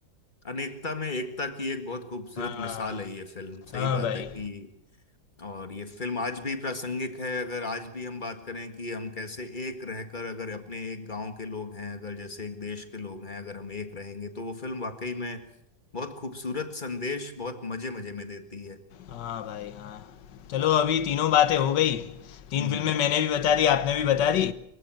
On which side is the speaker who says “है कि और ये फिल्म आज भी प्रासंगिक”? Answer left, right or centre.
Left